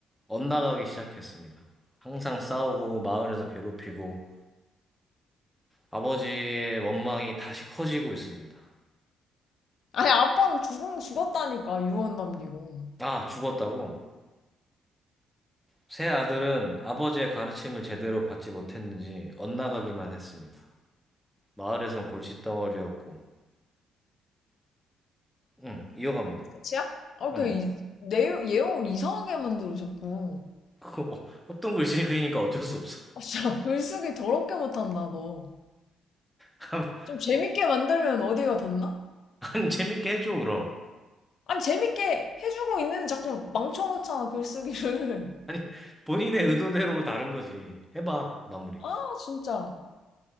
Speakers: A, in the centre; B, on the left.
A: 엇나가기 시작했습니다. 항상 싸우고, 마을에서 괴롭히고, 아버지의 원망이 다시 커지고 있습니다.
B: 아니 아빠는 죽은 죽었다니까 유언 남기고.
A: 아, 죽었다고? 새 아들은 아버지의 가르침을 제대로 받지 못했는지 엇나가기만 했습니다. 마을에선 골칫덩어리였고, 응, 이어가면 돼.
B: 끝이야? 아그
A: 응.
B: 내용 예용을 이상하게 만들어 자꾸.
A: 그거, 어, 협동 글씨 그리니까 어쩔 수 없어.
B: 아 진짜 글쓰기 더럽게 못한다 너.
A: <laughs>
B: 좀 재밌게 만들면 어디가 덧나?
A: 아니, 재밌게 해줘, 그럼.
B: 아니 재밌게 해주고 있는데 자꾸 망쳐놓잖아 글쓰기를.
A: 아니, 본인의 의도대로 다른 거지. 해봐, 마무리.
B: <laughs> 아 진짜.